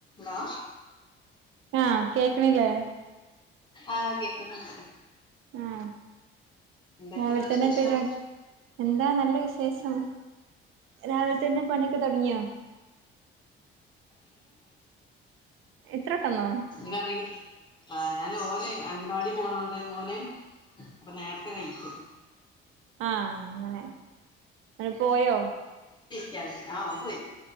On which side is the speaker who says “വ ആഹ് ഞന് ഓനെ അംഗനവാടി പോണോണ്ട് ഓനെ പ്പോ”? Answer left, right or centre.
Left